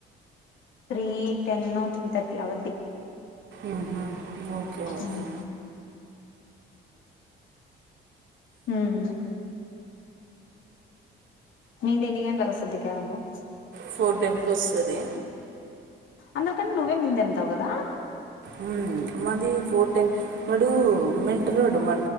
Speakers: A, on the left; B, on the right.
A: three ten three thirty అవద్ది
B: ఆహ ఓకే ఓకే
A: ఉమ్ ఉవ్ మీది ఎన్ని గంటలకి వస్తుంది క్యాబు చ్
B: ఫోర్ టెన్ కోస్తది
A: అందరి కన్న నువ్వే ముందె వెళ్తావు కదా
B: ఉమ్ మది ఫోర్ టెన్ వడూ మెంటలోడు మా